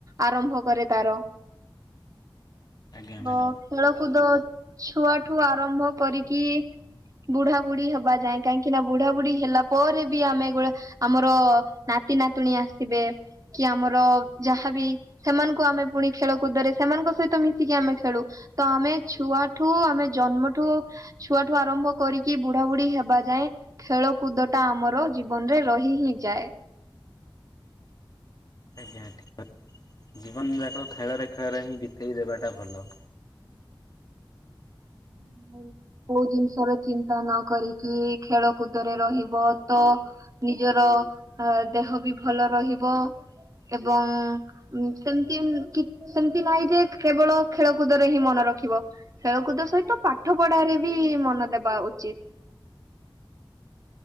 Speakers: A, on the right; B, on the left.
A: ଆରମ୍ଭ କରେ ତାର।
B: ଆଜ୍ଞା
A: ତ
B: ମ୍ୟାଡ଼ାମ
A: ଖେଳକୁଦ ଛୁଆଠୁ ଆରମ୍ଭ କରିକି ବୁଢା ବୁଢୀ ହେବା ଯାଏଁ। କାହିଁକି ନା ବୁଢା ବୁଢୀ ହେଲା ପରେ ବି ଆମେ ଏଗୁଡା ଆମର ନାତି ନାତୁଣୀ ଆସିବେ, କି ଆମର ଯାହାବି ସେମାନଙ୍କୁ ଆମେ ପୁଣି ଖେଳକୁଦରେ ସେମାନଙ୍କ ସହିତ ମିଶିକି ଆମେ ଖେଳୁ। ତ ଆମେ ଛୁଆଠୁ ଆମେ ଜନ୍ମଠୁ ଛୁଆଠୁ ଆରମ୍ଭ କରିକି ବୁଢା ବୁଢୀ ହେବା ଯାଏଁ ଖେଳ କୁଦଟା ଆମର ଜୀବନରେ ରହି ହିଁ ଯାଏ।
B: ଆଜ୍ଞା ଠିକ୍ କଥା। ଜୀବନ ଯାକ ଖେଳରେ ଖେଳରେ ହିଁ ବିତେଇ ଦେବାଟା ଭଲ।
A: <inaudible> କୋଉ ଜିନିଷର ଚିନ୍ତା ନ କରିକି ଖେଳକୁଦରେ ରହିବ ତ ନିଜର ଦେହ ବି ଭଲ ରହିବ ଏବଂ ସେମିତି ସେମିତି ନାହିଁ ଯେ କେବଳ ଖେଳକୁଦରେ ହିଁ ମନେ ରଖିବ। ଖେଳକୁଦ ସହିତ ପାଠ ପଢାରେ ବି ମନ ଦେବା ଉଚିତ୍।